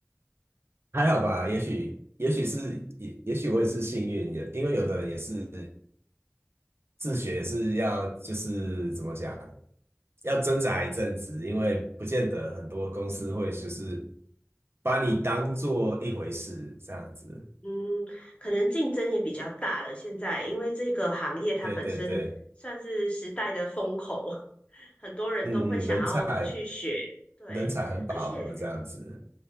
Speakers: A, on the right; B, on the left.
A: 还好吧，也许也许是也也许我也是幸运，也因为有的人也是自学是要就是怎么讲，要挣扎一阵子，因为不见得很多公司会就是把你当做一回事这样子。
B: 嗯，可能竞争也比较大了。现在因为这个行业它本身算是时代的风口，
A: 对对对，
B: <laughs> 很多人都会想要去学。
A: 嗯嗯，人才
B: 对，
A: 人才很饱和这样子。
B: 而且